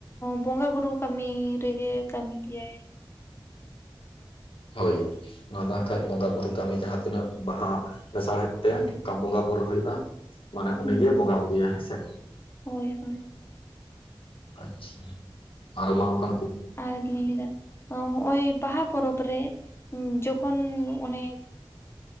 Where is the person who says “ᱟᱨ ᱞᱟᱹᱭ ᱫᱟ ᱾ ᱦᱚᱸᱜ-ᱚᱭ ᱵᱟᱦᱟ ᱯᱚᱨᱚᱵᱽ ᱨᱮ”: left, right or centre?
Left